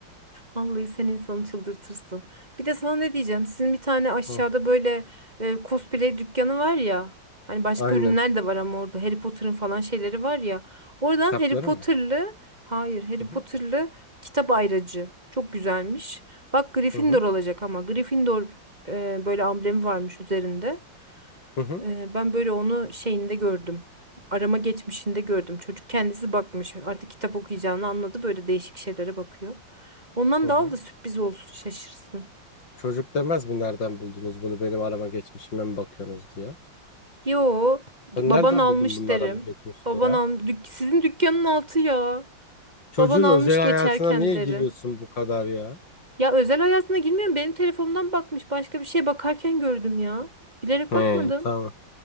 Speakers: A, on the right; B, on the left.
A: Vallahi sen insanı çıldırtırsın. Bir de sana ne diyeceğim? Sizin bir tane aşağıda
B: Hı,
A: böyle e, cosplay dükkanı var ya. Hani başka
B: aynen.
A: ürünler de var ama orada Harry Potter'ın falan şeyleri var ya. Oradan
B: Kitapları
A: Harry Potter'lı,
B: mı?
A: hayır Harry
B: Hı hı.
A: Potter'lı kitap ayracı. Çok güzelmiş. Bak Gryffindor
B: Hı hı.
A: olacak ama Gryffindor e, böyle amblemi varmış üzerinde.
B: Hı hı.
A: Ee, Ben böyle onu şeyinde gördüm. Arama geçmişinde gördüm. Çocuk kendisi bakmış. Artık kitap okuyacağını anladı. Böyle değişik şeylere bakıyor. Ondan
B: Hı hı.
A: da al da sürpriz olsun, şaşırsın.
B: Çocuk demez mi nereden buldunuz bunu benim arama geçmişime mi bakıyorsunuz diye.
A: Yo, baban
B: Sen nereden
A: almış
B: buldun bunun
A: derim.
B: arama geçmişini
A: Baban
B: ya?
A: al sizin dükkanın altı ya.
B: Çocuğun
A: Baban almış
B: özel hayatına
A: geçerken
B: niye
A: derim.
B: giriyorsun bu kadar ya?
A: Ya özel hayatına girmiyorum. Benim telefonumdan bakmış. Başka bir şey bakarken gördüm ya. Bilerek
B: He
A: bakmadım.
B: tamam.